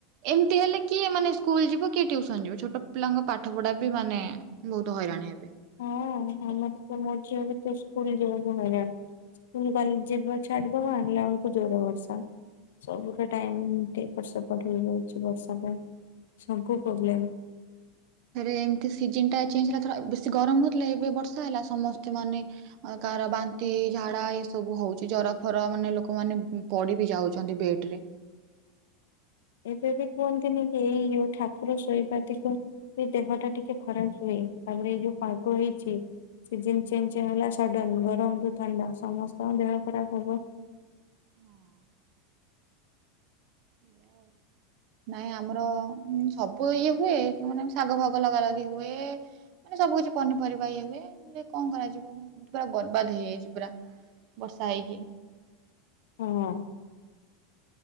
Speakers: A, on the right; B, on the left.
A: ଏମତି ହେଲେ କିଏ ମାନେ ସ୍କୁଲ ଯିବ କିଏ ଟୁସନ ଯିବ ଛୋଟ ପିଲାଙ୍କ ପାଠ ପଢା ବି ମାନେ ବହୁତ ହଇରାଣ ହେବେ।
B: ହଁ ଆମର
A: ହଁ
B: ତ ମୋ ଝିଅ ବି ତ ସ୍କୁଲ ଯିବହରା। ସ୍କୁଲ କଲେଜ ଯିବ ଛାଡିଦବା ଆଣିଲା ବେଳକୁ ଜୋର ବର୍ଷା ସବୁଠ ଟାଇ ପଟ ସେପଟ ହେଇଯାଉଛି ବର୍ଷା ପାଇଁ ସବୁ ପ୍ରୋବ୍ଲେମ।
A: ଆରେ ଏମିତି ସିଜନଟା ଚେଞ୍ଜ ହେଲାଥର ବେଶୀ ଗରମ୍ ହଉଥିଲେ ଏବେ ବର୍ଷା ହେଲା ସମସ୍ତେ ମାନେ ଆଁ କାହାର ବାନ୍ତି ହେଇ ଝାଡ଼ା ହେଇ ଏସବୁ ହଉଚି ଜର ଫର ମାନେ ଲୋକମାନେ ପଡ଼ିବି ଯାଉଚନ୍ତି ବେଡ଼େରେ।
B: ଏବେବି କୁହନ୍ତିନିକି ଏଇ ଯଉ ଠାକୁର ଶୋଇବାତିକୁ ସେ ଦେହଟା ଟିକେ ଖରାପ୍ ହୁଏ ତାପରେ ଏଇ ଯୋଉ ପାଗ ହେଇଚି ସିଜନ୍ ଚେଞ୍ଜ ହେଲା ସଡନ୍ ଗରମରୁ ଥଣ୍ଡା ସମସ୍ତଙ୍କ ଦେହ ଖରାପ୍ ହବ।
A: ହଁ ଏୟାଓ ନାଇଁ ଆମର ସବୁ ଇଏ ହୁଏ ମାନେ ଶାଗ ଫାଗ ଲଗା ଲଗି ହୁଏ। ମାନେ ସବୁ କିିଛି ପନିପରିବା ଇଏ ହୁଏ ହେଲେ କଣ କରାଯିବ ଏପୁରା ବର୍ବାଦ ହେଇଯାଇଚି ପୁରା ବର୍ଷା ହେଇକି।
B: ହଁ।